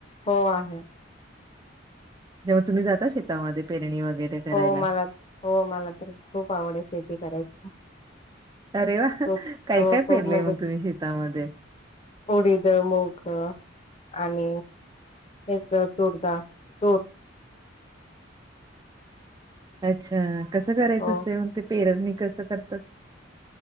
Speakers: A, on the left; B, on the right.
A: हो आहे
B: जेव्हा तुम्ही जाता शेतामध्ये पेरणी वगैरे करायला
A: हो मला हो मला तर खूप आवड आहे शेती करायची.
B: अरे व्वा!
A: खूप
B: काय
A: हो
B: काय
A: खूप
B: पेरलंय
A: म्हणजे
B: मग तुम्ही शेतामध्ये?
A: उडीद, मूग आणि हेच तूरदा तूर
B: अच्छा, कसं करायचं
A: हो
B: असतंय मग ते पेरणी कसं करतात?